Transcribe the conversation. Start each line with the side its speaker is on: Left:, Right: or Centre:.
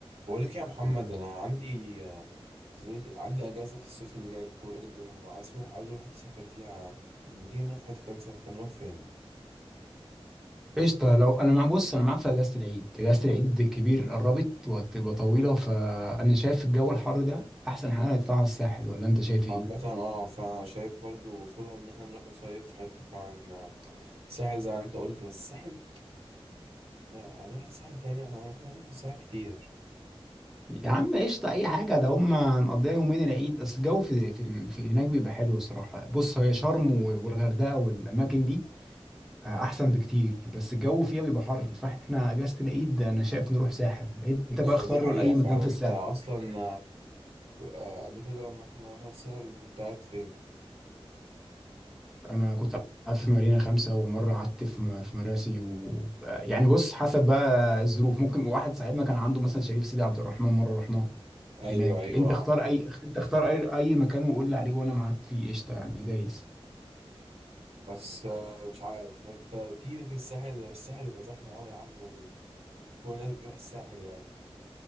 Right: بقول لك يا محمد انا عندي زي عندي اجازه في الصيف اللي جاي دي طويله جدا وعايز اروح عايز اروح حته اسافر فيها ما تيجي نروح حته كده نسافر فنروح فين
Centre: قشطة لو أنا مع بص أنا معاك في أجازة العيد أجازة العيد الكبير قربت وهتبقى طويلة فأنا شايف الجو الحر ده أحسن حاجة نطلع على الساحل ولا أنت شايف
Right: عامه
Centre: إيه؟
Right: اه فانا شايف برضو وصولها ان احنا نروح نصيف في حته فعلا ساحل زي ما انت قلت بس الساحل لا، هنروح الساحل تاني احنا هنروح الساحل كتير
Centre: يا عم قشطة أي حاجة ده هما هنقضيها يومين العيد بس الجو في, في, ال- في هناك بيبقى حلو الصراحة بص هي شرم و- والغردقة والأماكن دي آه، أحسن بكتير بس الجو فيها بيبقى حر فإحنا أجازة العيد أنا شايف نروح ساحل أنت بقى
Right: آه،
Centre: اختار
Right: دي حقيقه
Centre: أي
Right: فعلا
Centre: مكان في
Right: انت
Centre: الساحل
Right: اصلا آه، قبل كده لما احنا رحنا الساحل انت كنت قاعد فين
Centre: انا كنت قعدت في مارينا خمسة ومرة قعدت في م- في مراسي و يعني بص حسب بقى الظروف ممكن واحد صاحبنا كان عنده مثلا شريف سيدي عبد الرحمن مرة رحناه
Right: ايوه
Centre: هناك
Right: ايوه
Centre: انت اختار
Right: اه
Centre: اي انت اختار اي اي مكان وقول لي عليه وانا معاك فيه قشطة يعني دايس
Right: بس آه، مش عارف بس آه، تيجي في الساحل الساحل بيبقى زحمه قوي يا عم كل الناس بتروح الساحل يعني